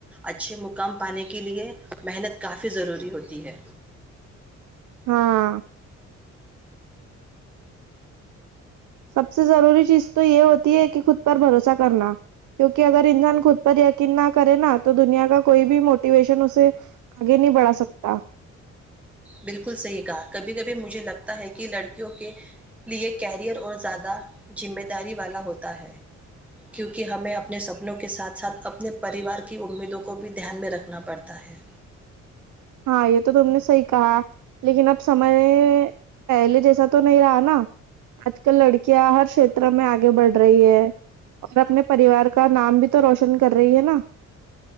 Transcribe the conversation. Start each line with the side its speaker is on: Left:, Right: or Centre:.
Centre: اچھے مقام پانے کے لئے محنت کافی ضروری ہوتی ہے
Right: ہاں سب سے ضروری چیز تو یہ ہوتی ہے کہ خود پر بھروسہ کرنا کیونکہ اگر انسان خود پر یقین نہ کرے نا تو دنیا کا کوئی بھی موٹیویشن اسے آگے نہیں بڑھا سکتا
Centre: بالکل صحیح کہا کبھی کبھی مجھے لگتا ہے کہ لڑکیوں کے لیے کیریئر اور زیادہ ذمہ داری والا ہوتا ہے کیونکہ ہمیں اپنے سپنوں کے ساتھ ساتھ اپنے پریوار کی امیدوں کو بھی دھیان میں رکھنا پڑتا ہے
Right: ہاں یہ تو تم نے صحی کہا لیکن اب سمے پہلے جیسا تو نہیں رہا نا آج کل لڑکیاں ہر شھیتر میں آگے بڑھ رہی ہے اور اپنے پریوار کا نام بھی تو روشن کر رہی ہے نا